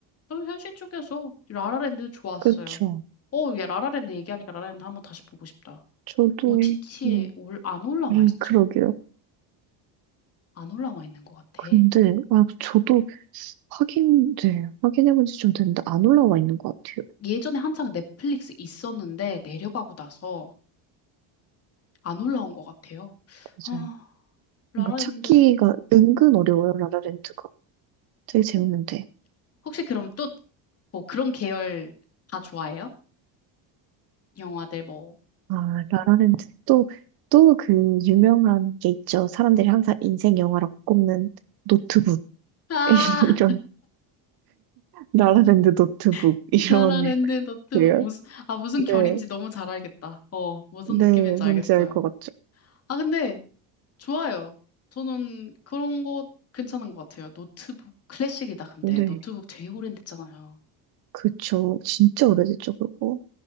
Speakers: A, on the left; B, on the right.
A: 좀 현실 쪽에서 라라랜드 좋았어요.
B: 그쵸.
A: 어, 야, 라라랜드 얘기하니까 라라랜드 한번 다시 보고 싶다.
B: 저도,
A: OTT에
B: 음,
A: 올, 안 올라와
B: 음,
A: 있죠?
B: 그러게요.
A: 안 올라와 있는 것 같아.
B: 근데, 아, 저도 확인, 네, 확인해본 지 좀 됐는데, 안 올라와 있는 것 같아요.
A: 예전에 한창 넷플릭스 있었는데 내려가고 나서 안 올라온 것 같아요.
B: 맞아요.
A: 아, 라라랜드.
B: 뭔가 찾기가 은근 어려워요, 라라랜드가. 되게 재밌는데.
A: 어, 혹시 그럼 또 뭐 그런 계열 다 좋아해요? 영화들 뭐.
B: 아, 라라랜드. 또, 또 그 유명한 게 있죠. 사람들이 항상 인생 영화라고 꼽는 노트북.
A: 아,
B: <laughs> 이런, 라라랜드 노트북.
A: <laughs>
B: 이런,
A: 라라랜드 너트북
B: 그래요?
A: 무슨, 아, 무슨
B: 네,
A: 결인지 너무 잘 알겠다. 어, 무슨
B: 네,
A: 느낌인지 알겠어요.
B: 뭔지 알 것 같죠.
A: 아, 근데 좋아요. 저는 그런 거 괜찮은 것 같아요. 노트북 클래식이다, 근데.
B: 네,
A: 노트북 되게 오래됐잖아요.
B: 그쵸. 진짜 오래됐죠, 그거.